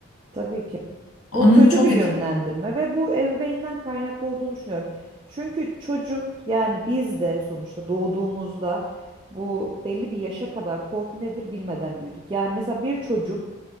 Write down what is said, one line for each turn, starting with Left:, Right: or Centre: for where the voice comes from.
Right: Tabii ki.
Left: Onun
Right: Bu kötü
Left: çok
Right: bir
Left: etkili.
Right: yönlendirme ve bu ebeveynden kaynaklı olduğunu düşünüyorum. Çünkü çocuk yani biz de sonuçta doğduğumuzda bu belli bir yaşa kadar korku nedir bilmeden büyüdük. Yani mesela bir çocuk